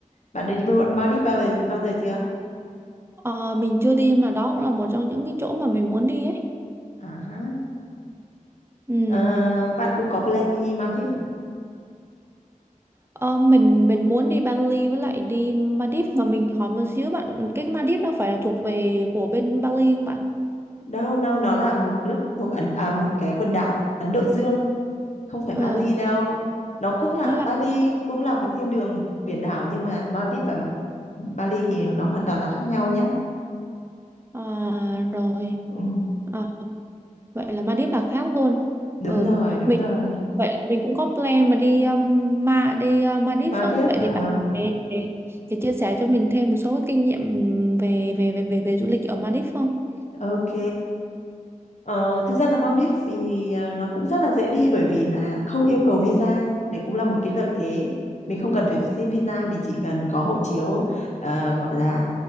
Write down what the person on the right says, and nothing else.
Ờ, mình chưa đi mà đó cũng là một trong những cái chỗ mà mình muốn đi ấy
ừ.
Ờ, mình mình muốn đi Bali với lại đi Maldives mà mình hỏi một xíu bạn cái Maldives nó phải là thuộc về của bên Bali không bạn
ờ
nó là
Ờ, rồi
Ờ, vậy là Maldives là khác luôn
ừ
mình
vậy là mình cũng có plan mà đi um, ma đi uh, Maldives
á vậy
thì bạn để, để, để chia sẻ cho mình thêm một số kinh nghiệm về về về về, về du lịch ở Maldives không